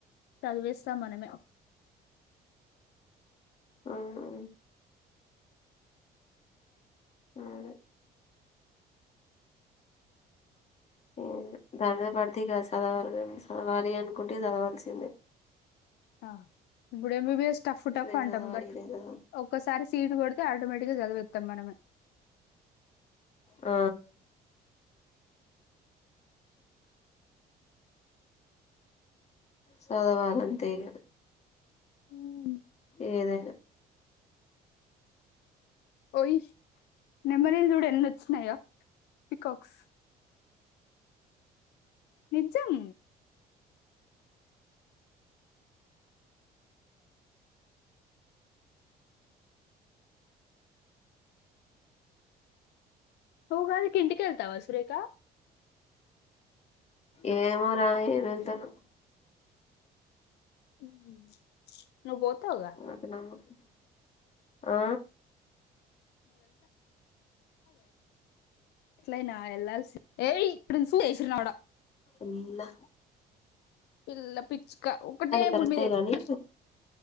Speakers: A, on the left; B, on the left.
A: చదివేస్తాం మనమే.
B: అవునవును. అవును. ఏమి లే దానిమీద పడితే గాదు చదవాల చదవాలి అనుకుంటే చదవాల్సిందే.
A: ఆ ఇప్పుడు ఎంబిబిఎస్. టఫ్ టఫ్
B: ఇదే
A: అంటాం
B: చదవాలి
A: బట్
B: ఇదే చదవాలి
A: ఒక్కసారి సీటు కొడితే. ఆటోమేటిక్గా చదివేతం మనమే.
B: ఆ. చదవాలె అంతే ఇగ.
A: హుమ్మ్.
B: ఏదయినా.
A: ఓయ్ నెమలిల్ చూడు ఎన్నొచ్చినాయా పికాక్స్. నిజం. నువ్వు గాని కిందికి వెళ్తావా సురేఖ.
B: ఏమో రా ఎంవెళ్తనో.
A: ఉహూ. నువ్ పోతావుగా.
B: నాకు నమ్మకం ఆ.
A: ఎట్లైన ఎళ్ళాల్సింద్.
B: ఉల్లా.
A: పిల్ల పిచ్చుక, ఒకటే
B: కరెక్టే
A: గూడు మీద ఎక్కుతంది.
B: గాని